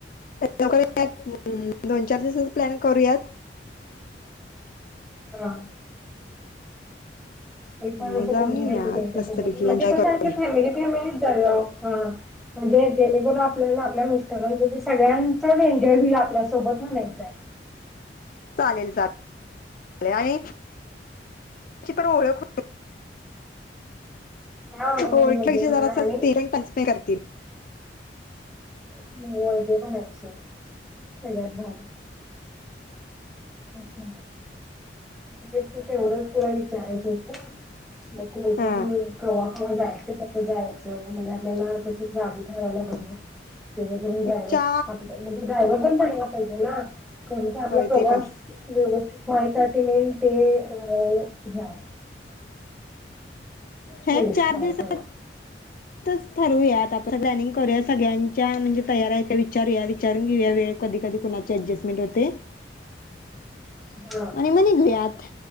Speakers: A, on the left (about 50°); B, in the centre.
A: लवकरात दोन चार दिवसाचा प्लॅन करूयात.
B: हा. एक पण
A: नाही
B: असं
A: जाऊन
B: बोरिंग
A: येऊयात
B: होत त्यांच्यासोबत
A: मस्तपैकी
B: म्हणजे
A: एन्जॉय
B: कसं
A: करू
B: की फॅमिली फॅमिली हॅलो हा म्हणजे जेणेकरून आपल्याला आपल्या मिस्टरांच सगळ्यांचाच एन्जॉय होईल आपल्यासोबत म्हणायचाय
A: चालेल चाले आणि पण ओळख
B: हा हा मेन
A: ओळखलं
B: म्हणजे
A: की
B: हा
A: जरा
B: आणि
A: ते टचपी करती
B: हा ते पण आहे सर सगळ्यात भारी स ते तेवढंच तुला विचारायचं होतं मग कोण
A: हा
B: कोण कव्हा कव्हा जायचं कसं जायचं म्हणजे आपल्याला तशी गाडी ठरावायला बर जेणेकरून ड्रायव्हर
A: एक चा
B: आपल म्हणजे ड्रायव्ह पण पहिजे ना कारण की आपला
A: होय
B: प्रवास
A: ते पण
B: व्यवस्थित व्हायसाठी मेन ते अ हे आहे
A: ह
B: सोयीस्कर
A: एक चार
B: आहे
A: दिवसातच
B: पहिला.
A: ठरूयात आपण प्लॅनिंग करूया सगळ्यांच्या म्हणजे तयार आहेत त्या विचारू या विचारून घेऊ या वेळ कधी कधी कुणाची अऍडजस्टमेंट होते.
B: हा
A: आणि मग निघुया अथ